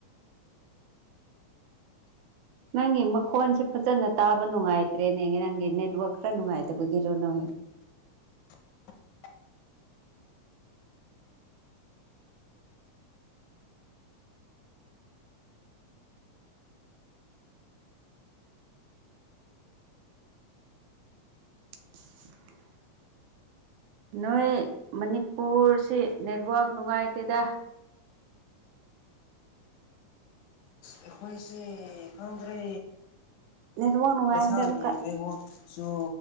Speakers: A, on the right; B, on the left.
A: ꯅꯪꯒꯤ ꯃꯈꯣꯟꯁꯦ ꯐꯖꯅ ꯇꯥꯕ ꯅꯨꯡꯉꯥꯏꯇ꯭ꯔꯦꯅꯦ ꯅꯪꯒꯤ ꯅꯦꯠꯋꯛ ꯈꯔ ꯅꯨꯡꯉꯥꯏꯇꯕꯒꯤꯔꯣ ꯅꯪ
B: <unintelligible>
A: <unintelligible> ꯅꯣꯏ ꯃꯅꯤꯄꯨꯔꯁꯤ ꯅꯦꯠꯋꯥꯛ ꯅꯨꯡꯉꯥꯏꯇꯦꯗ
B: ꯑꯩꯈꯣꯏꯁꯦ ꯈꯪꯗ꯭ꯔꯦ
A: ꯅꯦꯠꯋꯥꯛ ꯅꯨꯡꯉꯥꯏꯈ꯭ꯔꯦ
B: ꯄꯩꯁꯥꯒꯤ
A: ꯑꯃꯨꯛꯀ
B: ꯅꯦꯛꯋꯥꯛꯁꯨ